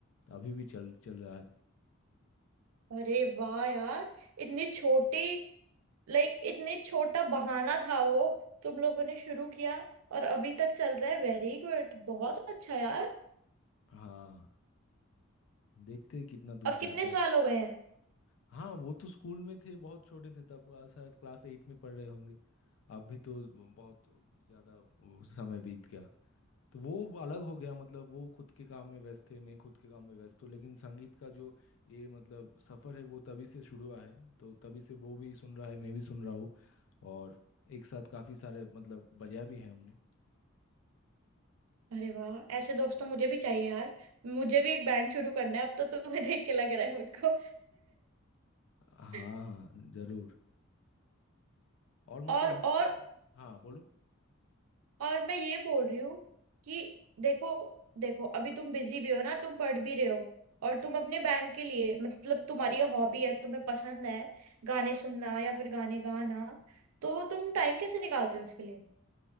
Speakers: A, on the left (about 65°); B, on the right (about 85°).
A: तो अभी भी चल चल रहा है
B: अरे वाह यार इतनी छोटी लाइक इतनी छोटा बहाना था वो तुम लोगों ने शुरू किया और अभी तक चल रहा है वेरी गुड बहुत अच्छा यार
A: हाँ देखते हैं कितना दूर
B: अब कितने
A: जाता है
B: साल हो गए हैं
A: हाँ वो तो स्कूल में थे बहुत छोटे थे तब आ, शायद क्लास एट में पढ़ रहे होंगे अब भी तो बहुत ज़्यादा वो समय बीत गया तो वो अलग हो गया मतलब वो खुद के काम में व्यस्त थे मैं खुद के काम में व्यस्त हूँ लेकिन संगीत का जो ये मतलब सफ़र है वो तभी से शुरू हुआ है तो तभी से वो भी सुन रहा है मैं भी सुन रहा हूँ और एक साथ काफ़ी सारे मतलब बजाया भी है हमने
B: अरे वाह ऐसे दोस्त तो मुझे भी चाहिए यार मुझे भी एक बैंड शुरू करना है अब तो तुम्हें देख के लग रहा है मुझको
A: हाँ
B: <laughs>
A: हाँ ज़रूर और मतलब
B: और
A: इस
B: और
A: हाँ बोलो
B: और मैं ये बोल रही हूँ कि देखो देखो अभी तुम बिजी भी हो ना तुम पढ़ भी रहे हो और तुम अपने बैंड के लिए मतलब तुम्हारी हॉबी है तुम्हें पसंद है गाने सुनना या फिर गाने गाना तो तुम टाइम कैसे निकालते हो इसके लिए